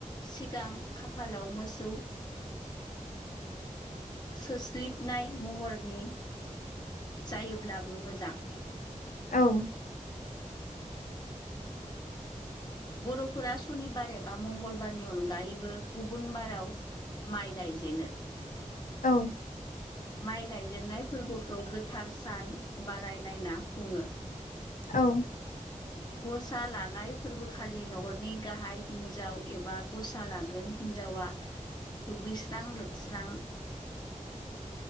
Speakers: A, on the left; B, on the left.
A: सिगां खाफालाव मोसौ सोसलिबनाय महरनि जायोब्लाबो मोजां ।
B: औ
A: बर'फोरा सनिबार एबा मंगलबारनि अनगायैबो गुबुन बाराव माइ गायजेनो ।
B: औ
A: माइ गायजेनन्नाय फोरबोखौ गोथार सान बारायनायना खुङो।
B: औ
A: गसा लानाय फोरबोखालि न'खरनि गाहाय हिन्जाव एबा गसा लागोन हिन जावा दुगैस्रां लोबस्रां